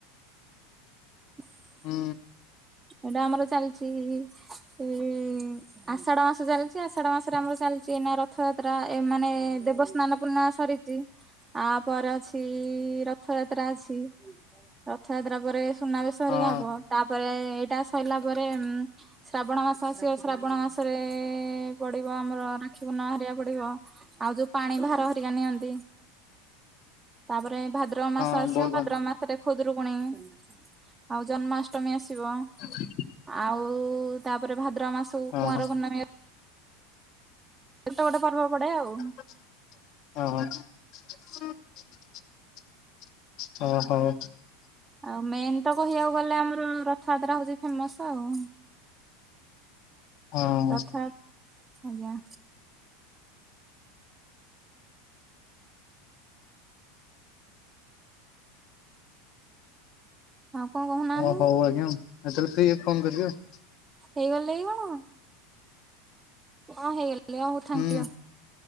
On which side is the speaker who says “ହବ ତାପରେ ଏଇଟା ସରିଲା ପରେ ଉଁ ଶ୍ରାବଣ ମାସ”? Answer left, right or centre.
Right